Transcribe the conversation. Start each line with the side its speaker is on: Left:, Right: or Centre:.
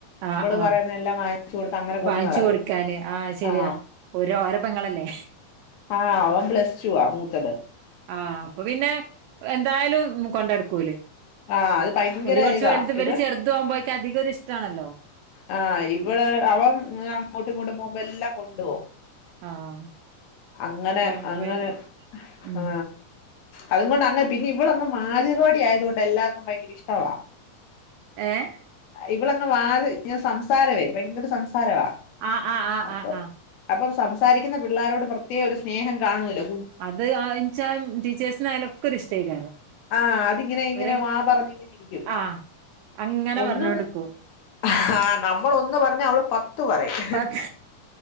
Right: ആഹ്
Left: ഇബള്
Right: ആഹ്
Left: പറയുന്ന എല്ലാം വാങ്ങിച്ച് കൊടുത്ത് അങ്ങനെ കൊണ്ട്
Right: വാങ്ങിച്ചു
Left: നടക്കും
Right: കൊടുക്കാന് ആഹ് ശരിയാ
Left: ആ
Right: ഓര് ഓരെ പെങ്ങളല്ലേ
Left: ആ അവൻ പ്ലസ്റ്റുവാ മൂത്തത്
Right: ആഹ അപ്പൊ പിന്നെ എന്തായാലും കൊണ്ടട്ക്കൂലെ
Left: ആഹ് അത് ഭയങ്കര
Right: ഓര് കൊർച്ച്
Left: ഇതാ
Right: വൽതും ഇവര്
Left: ഇവ
Right: ചെറുതും ആകുമ്പോയൊക്കെ അധികം ഒരിഷ്ടാണല്ലോ
Left: ആ ഇവളെ അവൻ അങ്ങോട്ടും ഇങ്ങോട്ടും പോകുമ്പൊ എല്ലാം കൊണ്ടുപോവും
Right: ആഹ്.
Left: അങ്ങനെ
Right: വൺമേല്
Left: അങ്ങനെ
Right: ഉം
Left: ആ അതുകൊണ്ട് അങ്ങനെ പിന്നെ ഇവളൊന്ന് വാചകമടി ആയത് കൊണ്ട് എല്ലാർക്കും ഭയങ്കര ഇഷ്ടാവളെ
Right: ഏഹ്
Left: ഇവളങ്ങ് വാ ഇങ്ങനെ സംസാരമേ ഭയങ്കര സംസാരമാ
Right: ആഹ് ആഹ് ആഹ്
Left: അപ്പൊ
Right: ആഹ് ആഹ്.
Left: അപ്പം സംസാരിക്കുന്ന പിള്ളാരോട് പ്രത്യേകം ഒരു സ്നേഹം കാണുവല്ലോ
Right: അത് അതന്നച്ചാൽ ടീച്ചേഴ്സിനായാലൊക്കൊരിഷ്ടേക്കാരം
Left: ആഹ് അതിങ്ങനെ ഇങ്ങനെ
Right: ഇവരെ
Left: വാ പറഞ്ഞിങ്ങനെ ഇരിക്കും
Right: ആ അങ്ങ ങ്ങനെ
Left: ഒന്നും
Right: പറഞ്ഞോണ്ട്ക്കും
Left: ആഹ് നമ്മളൊന്ന് പറഞ്ഞാ അവള് പത്ത് പറയും
Right: പക്